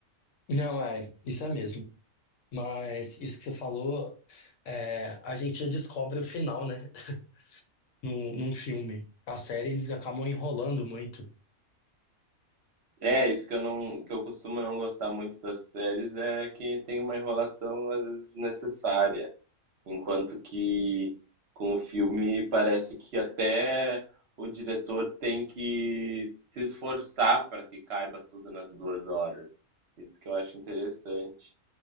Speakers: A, on the left; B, on the right.
A: Não, é, isso é mesmo. Mas isso que você falou, é, a gente já descobre o final, né? <laughs> Num, num filme. A série eles acabam enrolando muito.
B: É, isso que eu não, que eu costumo não gostar muito das séries é que tem uma enrolação às vezes desnecessária, enquanto que com o filme parece que até o diretor tem que se esforçar para que caiba tudo nas duas horas. Isso que eu acho interessante.